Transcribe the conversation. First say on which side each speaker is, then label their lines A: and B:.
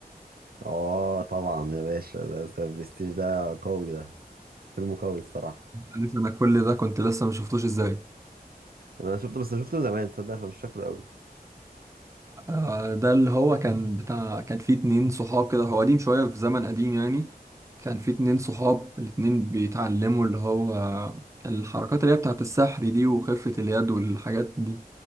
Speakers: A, on the right; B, on the right.
A: اه طبعا يا باشا ده ده برستيج ده قوي ده فيلم قوي الصراحه
B: عارف انا كل ده كنت لسه ما شفتوش ازاي
A: انا شفته بس شفته زمان تصدق فمش فاكره قوي
B: آه ده اللي هو كان بتاع كان فيه اتنين صحاب كده هو قديم شويه في زمن قديم يعني كان فيه اتنين صحاب الاتنين بيتعلموا اللي هو آه، الحركات اللي هي بتاعت السحر دي وخفة اليد والحاجات دي